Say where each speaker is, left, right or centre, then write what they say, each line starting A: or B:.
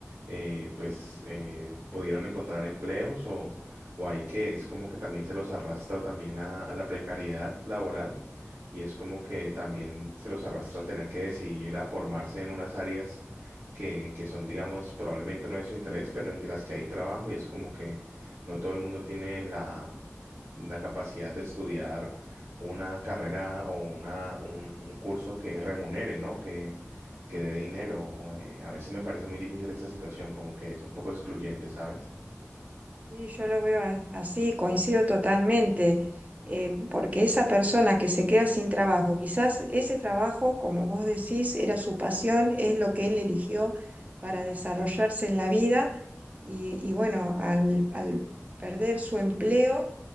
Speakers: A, on the right; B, on the right.
A: eh, pues eh, pudieron encontrar empleos o, o hay que es como que también se los arrastra también a, a la precariedad laboral y es como que también se los arrastra a tener que decidir a formarse en unas áreas que, que son, digamos, probablemente no de su interés, pero en las que hay trabajo y es como que no todo el mundo tiene la, la capacidad de estudiar una carrera o una, un, un curso que remunere, ¿no? Que, que dé dinero. eh, a veces me parece muy difícil esa situación, como que es un poco excluyente, ¿sabes?
B: Sí, yo lo veo a- así, coincido totalmente, eh, porque esa persona que se queda sin trabajo, quizás ese trabajo, como vos decís, era su pasión, es lo que él eligió para desarrollarse en la vida y, y bueno, al al perder su empleo